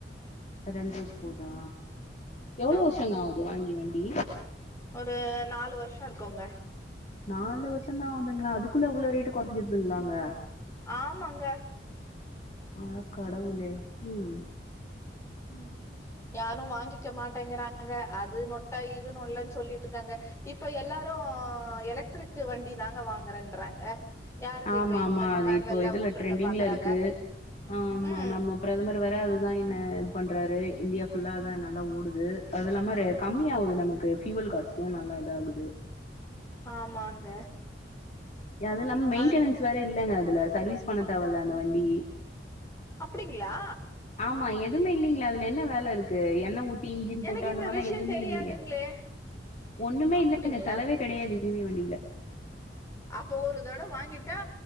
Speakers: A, on the left; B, on the left.
A: ரெண்டரைக்கு போகுதா எவ்வளவு
B: ஆமா
A: வருஷங்க ஆகுது வாங்கி வண்டி
B: ஒரு நாலு வருஷ இருக்குங்க
A: நாலு வருஷம் தா ஆகுதுங்களா அதுக்குள்ள இவ்வளோ ரேட்டு் குறஞ்சிருதுங்களாங்க
B: ஆமாங்க
A: அட கடவுளே ம்
B: ம் யாரு வாங்கிக்க மாட்டேங்கிறாங்க அது நொட்டா இது நொல்லைன்னு சொல்லிட்டு இருக்காங்க இப்ப எல்லாரு எலக்ட்ரிக் வண்டி தாங்க வாங்குறேன்றாங்க யாருங்க
A: ஆமா
B: இப்ப இது
A: ஆமா
B: மேல
A: அது
B: மேனுவல்லா
A: இப்போ இதுல
B: ஓட்டுறத
A: ட்ரெண்டிங்ல
B: பாக்குறாங்க
A: இருக்கு ஆ ஆமா
B: ம்
A: நம்ம பிரதமர் வேற அதுதா இன்ன இது பண்றாரு இந்தியா ஃபுல்லா நல்லா ஓடுது அது இல்லாம கம்மிய ஆகுது நமக்கு ஃபியூவல் காஸ்ட்டு நல்லா இதாகுது
B: ஆமாங்க
A: அது இல்லாம மெயின்டெனன்ஸ்
B: அதன
A: வேற இல்லங்க அதுல சர்வீஸ் பண்ண தேவல அந்த வண்டி
B: அப்டிங்களா
A: ஆமா எதுவுமே இல்லேங்களா அதுல என்ன வேலை இருக்கு என்ன ஊ இஞ்சின்
B: எனக்கு
A: போட்டு அந்த
B: இந்த
A: மாதிரா
B: விஷயோ
A: எதுவுமே
B: தெரியாதுங்களே
A: இல்லேயே ஒண்ணுமே
B: அப்டிங்களா
A: இல்லங்க செலவே கிடையாது இவே வேண்டியல
B: அப்போ ஒரு தட வாங்கிட்டா